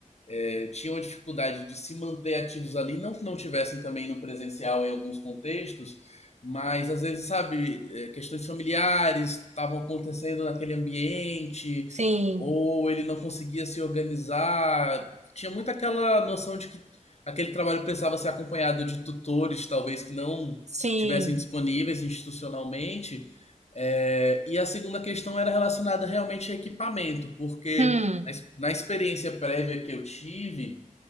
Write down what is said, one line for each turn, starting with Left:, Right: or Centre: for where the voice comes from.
Left: é, tinham a dificuldade de se manter ativos ali, não que não tivessem também no presencial em alguns contextos, mas às vezes, sabe, é, questões familiares estavam acontecendo naquele ambiente,
Right: sim,
Left: ou ele não conseguia se organizar. Tinha muito aquela noção de que aquele trabalho precisava ser acompanhado de tutores, talvez que não
Right: sim,
Left: tivessem disponíveis institucionalmente. É, e a segunda questão era relacionada realmente a equipamento, porque
Right: hum,
Left: na, na experiência prévia que eu tive,